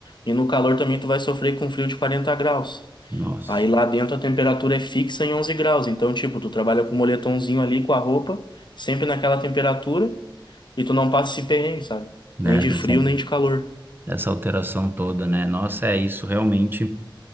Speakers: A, on the left; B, on the right.
A: e no calor também tu vai sofrer com frio de 40 graus.
B: Nossa,
A: Aí lá dentro a temperatura é fixa em 11 graus, então tipo, tu trabalha com o moletomzinho ali, com a roupa, sempre naquela temperatura e tu não passa esse perrengue, sabe?
B: né?
A: Nem de
B: Dessa,
A: frio, nem de calor.
B: dessa alteração toda, né? Nossa, é isso realmente.